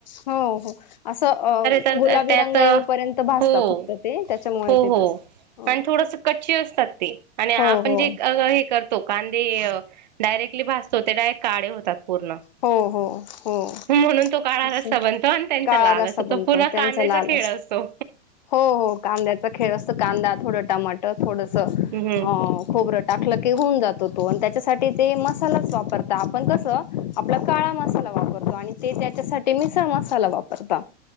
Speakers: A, on the left (about 40°); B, on the right (about 40°).
A: हो हो असं अ
B: तर
A: गुलाबी
B: त्यात
A: रंग येऊपर्यंत भासता
B: हो
A: फक्त ते त्याच्यामुळे
B: हो
A: ते
B: हो
A: तस हो
B: आणि थोडस कच्ची असतात. ते आणि आपण
A: हो हो
B: जे हे करतो कांदे अ डायरेक्टली भासतो ते डायरेक्ट काडे होतात पूर्ण
A: हो हो हो
B: म्हणून तो काळा
A: तसं
B: रस्सा बनतो आणि त्यांचा
A: काळा
B: लाल
A: रस्सा
B: अस
A: बनतो
B: तो पूरा
A: त्यांचा
B: कांद्याचा
A: लाल
B: खेळ असतो.
A: हो हो कांद्याचा खेळ असत कांदा थोडं टमाटर थोडं
B: हम्म
A: हं खोबरं टाकलं की होऊन जात होतो तो आणि त्याचच हा ते ते मसालाच वापरता आपण कस आपला काळा मसाला वापरतो आणि ते त्याच्यासाठी मिसळ मसाला वापरता.